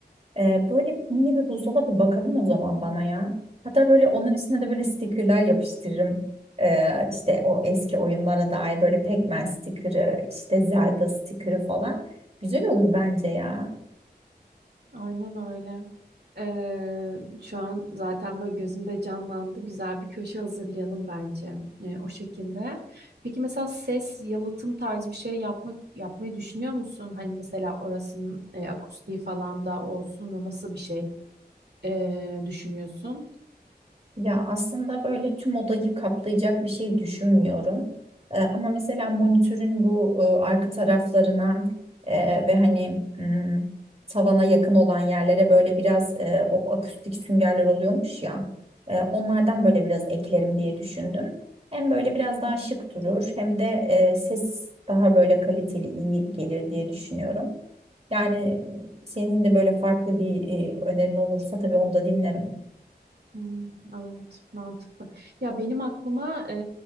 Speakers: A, on the right; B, on the right.
A: Ee, böyle mini bir buzdolabı bakalım o zaman bana ya. Hatta böyle onun üstüne de böyle stickerler yapıştırırım. Ee, işte o eski oyunlara dair böyle Pac-Man stickerı, işte Zelda stickerı falan. Güzel olur bence ya.
B: Aynen öyle. Ee, şu an zaten böyle gözümde canlandı. Güzel bir köşe hazırlayalım bence ee, o şekilde. Peki mesela ses yalıtım tarzı bir şey yapmak yapmayı düşünüyor musun? Hani mesela orasının e, akustiği falan da olsun. Nasıl bir şey e, düşünüyorsun?
A: Ya aslında böyle tüm odayı kaplayacak bir şey düşünmüyorum. Ee, ama mesela monitörün bu e, arka taraflarına e, ve hani hmm, tavana yakın olan yerlere böyle biraz e, o akustik süngerler oluyormuş ya. e, onlardan böyle biraz eklerim diye düşündüm. Hem böyle biraz daha şık durur hem de e, ses daha böyle kaliteli iyi gelir diye düşünüyorum. Yani senin de böyle farklı bir e, önerin olursa tabii onu da dinlerim.
B: Hmm, evet, mantıklı. Ya benim aklıma e,